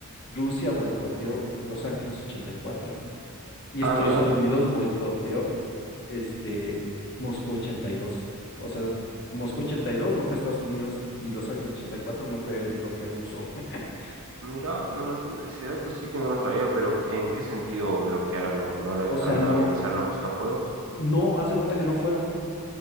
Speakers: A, on the left (about 50°); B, on the right (about 65°).
A: Rusia boicoteó Los Ángeles ochenta y cuatro y
B: Ah,
A: Estados
B: mira,
A: Unidos boicoteó este Moscú ochenta y dos, O sea, Moscú 82 no fue Estados Unidos y Los Ángeles 84 no fue el bloque ruso. <laughs>
B: mira, no lo- ese dato sí que no lo sabía, pero ¿en qué sentido bloquearon? ¿No, no lo dejaron
A: o sea, no,
B: no organizar los, los juegos?
A: no, haz de cuenta que no fueron,